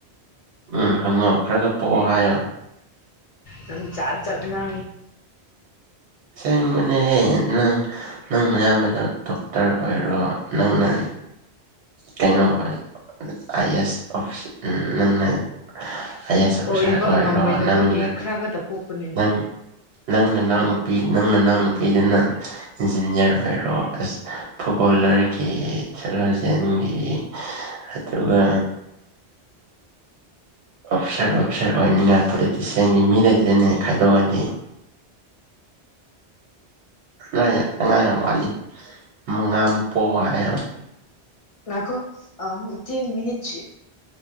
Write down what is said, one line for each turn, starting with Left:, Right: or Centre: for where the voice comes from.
Right: ꯎꯝ ꯍꯪꯉꯣ ꯈꯔꯒ ꯄꯣꯛꯑꯣ ꯍꯥꯏꯌꯣ
Left: <inaudible> ꯆꯥꯖꯅꯤꯡꯉ
Right: ꯁꯅꯤꯡꯕꯅꯦꯍꯦ ꯅꯪ ꯅꯪ ꯑꯌꯥꯝꯕꯗꯣ ꯗꯣꯛꯇꯔ ꯑꯣꯏꯔꯣ ꯅꯪꯅ ꯀꯩꯅꯣ ꯑꯥꯏ ꯑꯦꯁ ꯑꯣꯐꯤꯁ ꯅꯪꯅ ꯑꯥꯏ ꯑꯦꯁ ꯑꯣꯐꯤꯁꯥꯔ
Left: ꯑꯣꯏꯕ
Right: ꯑꯣꯏꯔꯣ
Left: ꯉꯝꯃꯣꯏꯗꯕꯒꯤ
Right: ꯅꯪꯅ
Left: ꯈꯔ ꯈꯛꯇ ꯄꯣꯛꯄꯅꯤꯅꯦ
Right: ꯅꯪ ꯅꯪ ꯅꯅꯥꯎ ꯅꯨꯄꯤ ꯅꯪ ꯅꯅꯥꯎ ꯅꯨꯄꯤꯗꯨꯅ ꯏꯟꯖꯤꯅꯤꯌꯥꯔ ꯑꯣꯏꯔꯣ ꯐꯨꯠꯕꯣꯂꯔꯒꯤ ꯁꯦꯂꯖꯤꯦꯟꯒꯤ ꯑꯗꯨꯒ ꯑꯣꯐꯤꯁꯥꯔ ꯑꯣꯐꯤꯁꯥꯔ ꯑꯣꯏꯅꯤꯡꯉꯥꯏ ꯄꯣꯂꯤꯇꯤꯁꯤꯌꯥꯟꯒꯤ ꯃꯤ ꯂꯩꯇꯗꯅꯦ ꯈꯥꯏꯗꯣꯛꯑꯗꯤ ꯑ ꯑꯉꯥꯡ ꯌꯥꯝ ꯋꯥꯠꯂꯤ ꯃꯉꯥꯃꯨꯛ ꯄꯣꯛ ꯍꯥꯏ
Left: ꯂꯈꯣ ꯇꯦꯟ ꯃꯤꯅꯤꯠꯁ